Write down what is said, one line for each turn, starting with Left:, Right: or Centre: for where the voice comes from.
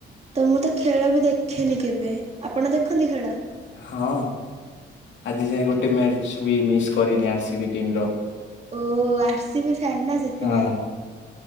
Right: ତ ମୁଁ ତ ଖେଳ ବି ଦେଖେନି କେବେ ଆପଣ ଦେଖନ୍ତି ଖେଳ?
Left: ହଁ ଆଜି ଯାଏ ଗୋଟେ ମ୍ୟାଚ୍ ବି ମିସ୍ କରିନି ଆର୍ସି ବି ଟିମ୍ ର।
Right: ଓ ଆର୍ସିି ବି ଫ୍ୟାନ୍ ନା ସେଥିପାଇଁ।
Left: ହଁ